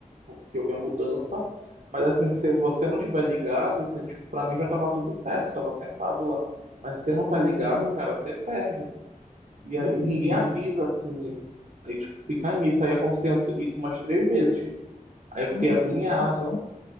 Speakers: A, on the right (about 65°); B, on the left (about 70°).
A: fo- que houve a mudança, mas assim, se você não tiver ligado, assim, tipo, para mim já tava tudo certo, eu tava sentado lá. Mas se você
B: Ah,
A: não tá ligado, cara, você perde. E
B: entendi.
A: aí ninguém avisa, assim. E, tipo, fica nisso. Aí aconteceu isso umas três vezes. Aí eu
B: Cara,
A: fiquei agoniado.
B: que situação.